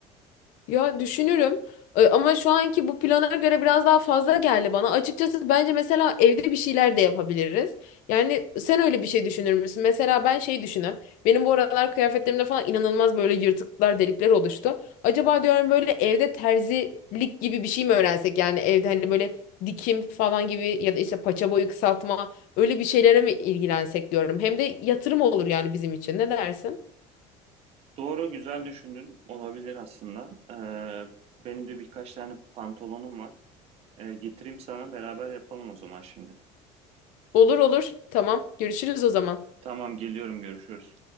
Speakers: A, on the left; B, on the right.
A: Ya düşünürüm E, ama şu anki bu plana göre biraz daha fazla geldi bana. Açıkçası bence mesela evde bir şeyler de yapabiliriz. Yani sen öyle bir şey düşünür müsün? Mesela ben şey düşünüyorum. Benim bu aralar kıyafetlerimde falan inanılmaz böyle yırtıklar, delikler oluştu. Acaba diyorum böyle evde terzilik gibi bir şey mi öğrensek? Yani evde hani böyle dikim falan gibi ya da işte paça boyu kısaltma öyle bir şeylere mi ilgilensek diyorum. Hem de yatırım olur yani bizim için. Ne dersin?
B: Doğru, güzel düşündün. Olabilir aslında. Ee, benim de birkaç tane pantolonum var. Ee, getireyim sana beraber yapalım o zaman şimdi.
A: Olur olur. Tamam. Görüşürüz o zaman.
B: Tamam, geliyorum, görüşürüz.